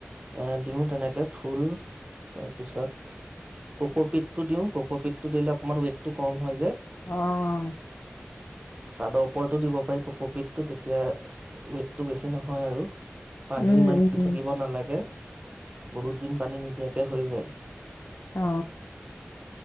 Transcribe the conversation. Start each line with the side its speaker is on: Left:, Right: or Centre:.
Right: আ দিও তেনেকে ফুল তাৰ পিছত ককোপিতটো দিও ককোপিতটো দিলে অকমান ৱেটটো কম হয় যে
Left: অ'
Right: চাদৰ উপৰতেও দিব পাৰি ককোপিতটো তেতিয়া ৱেটটো বেছি নহয় আৰু। পানীও
Left: উম
Right: ইমান দি
Left: উম,
Right: থাকিব নালাগে বহুত দিন পানী নিদিয়াকে তে হৈ যায়।
Left: অ